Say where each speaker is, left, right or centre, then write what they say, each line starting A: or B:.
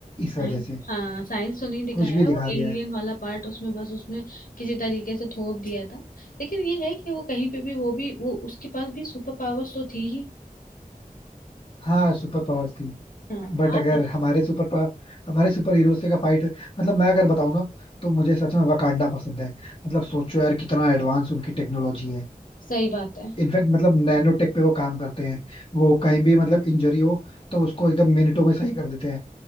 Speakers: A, on the left; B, on the left.
A: साइंस
B: इस वजह से
A: हाँ साइंस तो नहीं दिखाया
B: कुछ भी
A: है
B: दिखा
A: वो एलियन
B: दिया है
A: वाला पार्ट उसमें बस उसमें किसी तरीके से थोप दिया था लेकिन ये है कि वो कहीं पे भी वो भी वो उसके पास भी सुपर पावर्स तो थी ही
B: हाँ सुपर पावर्स थी
A: हाँ
B: बट
A: आप
B: अगर
A: बताओ
B: हमारे सुपर पा, हमारे सुपर हीरोज का फाइट मतलब मैं अगर बताऊं ना तो मुझे सच में वकांडा पसंद है मतलब सोचो यार कितना एडवांस उनकी टेक्नोलॉजी है
A: सही बात है
B: इनफैक्ट मतलब नैनो टेक पे वो काम करते हैं वो कहीं भी मतलब इंजरी हो तो उसको एकदम मिनटों में सही कर देते हैं